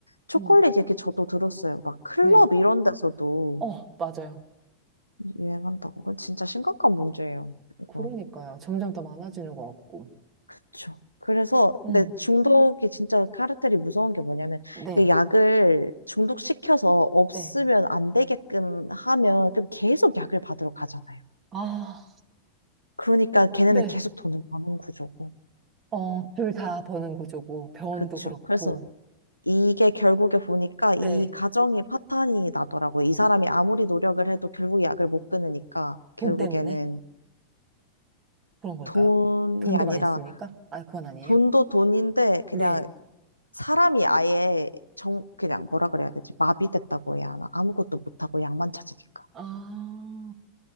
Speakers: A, on the left (about 85°); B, on the right (about 25°).
A: 초콜릿
B: 음,
A: 얘기 저도 들었어요. 막 클럽
B: 네.
A: 이런 데서도
B: 어, 맞아요.
A: 유행한다고. 그건 진짜 심각한 문제예요. 이거.
B: 그러니까요. 점점 더 많아지는 것 같고.
A: 그쵸. 그래서,
B: 음,
A: 근데 중독이 진짜 카르텔이 무서운 게 뭐냐면,
B: 네,
A: 이 약을 중독시켜서 없으면
B: 네.
A: 안 되게끔 하면, 그럼 계속 약을 받으러 가잖아요.
B: 아,
A: 그러니까 걔네는
B: 네.
A: 계속 돈을 버는 구조고.
B: 어, 둘 다 버는 구조고, 병원도
A: 그쵸.
B: 그렇고,
A: 그래서 이게 결국에 보니까 이
B: 네.
A: 가정이 파탄이 나더라고요. 이 사람이 아무리 노력을 해도 결국 약을 못 끊으니까
B: 돈
A: 결국에는
B: 때문에 그런 걸까요?
A: 돈이
B: 돈도
A: 아니라
B: 많이 쓰니까? 아, 그건 아니에요.
A: 돈도 돈인데 그냥
B: 네.
A: 사람이 아예 정, 그냥 뭐라 그래야 되지? 마비됐다고 해야 하나? 아무것도 못하고 약만 찾으니까.
B: 아,